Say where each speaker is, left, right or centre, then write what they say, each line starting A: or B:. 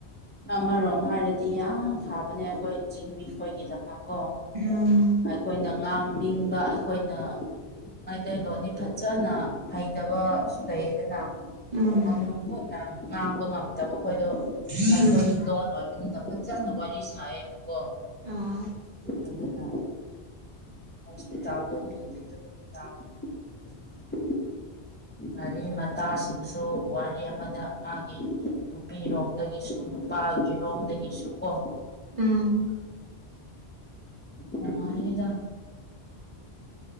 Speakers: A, on the left; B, on the right.
A: ꯑꯃꯔꯣꯝ ꯍꯥꯏꯔꯗꯤ ꯌꯥꯝ ꯐꯕꯅꯦ ꯑꯩꯈꯣꯏ ꯆꯤꯡ ꯃꯤ ꯈꯣꯏꯒꯤꯗꯃꯛ ꯀꯣ
B: ꯎꯝ
A: ꯑꯩꯈꯣꯏꯅ ꯉꯥꯡꯅꯤꯡꯕ ꯑꯩꯈꯣꯏꯅ ꯃꯩꯇꯩꯂꯣꯟꯣꯟꯗꯤ ꯐꯖꯅ ꯍꯩꯇꯕꯁꯨ ꯂꯩꯌꯦꯗꯅ
B: ꯎꯝ
A: ꯃꯅꯨꯡ ꯍꯨꯠꯅ ꯉꯥꯡꯕ ꯉꯝꯗꯕ ꯈꯣꯏꯗꯣ
B: ꯎꯝ
A: ꯑꯩꯈꯣꯏꯒꯤ ꯂꯣꯟ ꯑꯣꯏꯕꯅꯤꯅꯥ ꯐꯖꯅꯥ ꯋꯥꯔꯤ ꯁꯥꯏꯌꯦꯕꯀꯣ
B: ꯎꯝ
A: ꯑꯗꯨꯅ ꯁꯄꯤ ꯇꯗ ꯃꯤ <unintelligible>
B: <inaudible>
A: ꯃꯔꯤ ꯃꯇꯥꯁꯤꯡꯁꯨ ꯋꯥꯔꯤ ꯑꯃꯗ ꯃꯥꯒꯤ ꯅꯨꯄꯤꯔꯣꯝꯗꯒꯤ ꯅꯨꯄꯥꯒꯤꯔꯣꯝꯗꯒꯤꯁꯨ ꯀꯣ
B: ꯎꯝ
A: ꯅꯨꯉꯥꯏꯅꯤꯗ